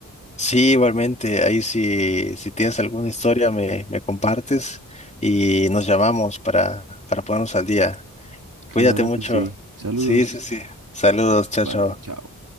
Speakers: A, on the left (about 20°); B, on the right (about 65°).
A: Sí, igualmente, ahí si, si tienes alguna historia me, me compartes y nos llamamos para, para ponernos al día.
B: Claro
A: Cuídate mucho.
B: que sí. Saludos.
A: Sí, sí, sí. Saludos, chao,
B: Vale,
A: chao.
B: chao.